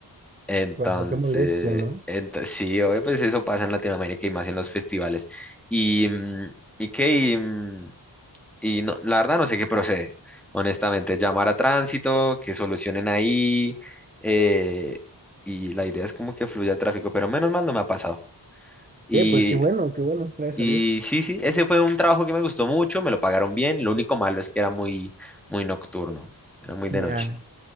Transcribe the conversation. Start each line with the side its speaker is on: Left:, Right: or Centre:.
Centre: Entonces,
Right: Wow, <laughs> qué molestia, ¿no?
Centre: ento- sí, obvio, pues eso pasa en Latinoamérica y más en los festivales. Y, mm, y qué, y, mm, y no, la verdad no sé qué procede. Honestamente, llamar a tránsito, que solucionen ahí. eh, y la idea es como que fluya el tráfico, pero menos mal no me ha pasado. Y,
Right: ¿Qué? Pues qué bueno, qué bueno, gracias
Centre: y
Right: a Dios.
Centre: sí, sí, ese fue un trabajo que me gustó mucho, me lo pagaron bien. Lo único malo es que era muy, muy nocturno, era muy de
Right: Ya.
Centre: noche.